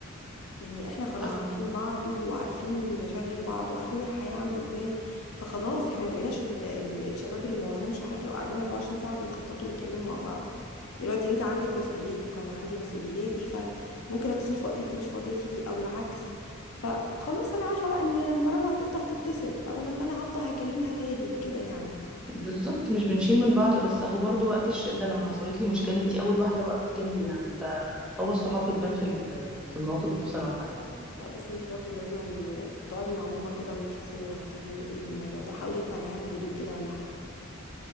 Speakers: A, on the left; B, in the centre.
A: يعني احنا خلاص
B: اه
A: عارفين بعض وعارفين مشاغل بعض وعارفين الحياة عاملة ازاي فخلاص احنا ما بقيناش ال ال الشباب اللي ما وراهمش حاجة وقاعدين 24 ساعة بيخططوا ويتكلموا مع بعض دلوقتي انت عندك مسؤولياتك وانا عندي مسؤولياتي فممكن اتصل في وقت انت مش فاضية فيه او العكس فخلاص انا عارفة بقى ان لما رنا هتفضل هتتصل او لما انا هفضل هكلمها تاني كده يعني
B: بالظبط مش بنشيل من بعض بس اهو برضو وقت الشده لما حصلت لي مشكله انتي اول واحده وقفتي جنبي يعني فهو الصحاب بتبان في ال- في المواقف دي بصراحه يعني
A: لا بس انت برضو لازم أن تقعدي مع ماما كده وتشوفوا هتعملوا ايه في الموضوع ده حاولي اقنعيها بهدوء كده ولا حاجة